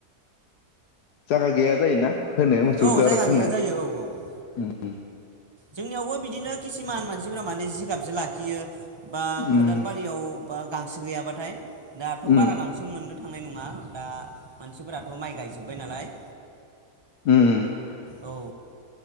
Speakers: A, on the left; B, on the right.
A: जागा गैया जायोना? होनाया मोसौ
B: औ
A: दारुख
B: जायगा
A: होनो
B: गैया जायो औ औ औ
A: उम
B: जोंनियावबो बिदिनो खिसिमान मानसिफोरि माने जिगाब जो लाखियो। बा
A: उम
B: फोथारबारियाव बा गांसो गैयाबाथाय दाथ'
A: उम
B: बारा गांसो मोननो थांनाय नंङा, दा मानसिफोराथ' माइ गायजोब्बाय नालाय
A: उम उम
B: औ